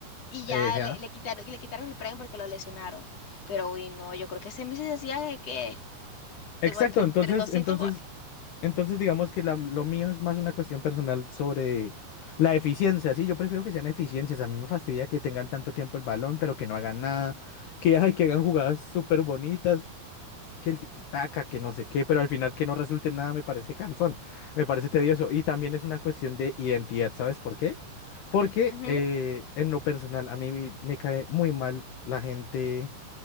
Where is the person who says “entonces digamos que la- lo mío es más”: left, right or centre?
Left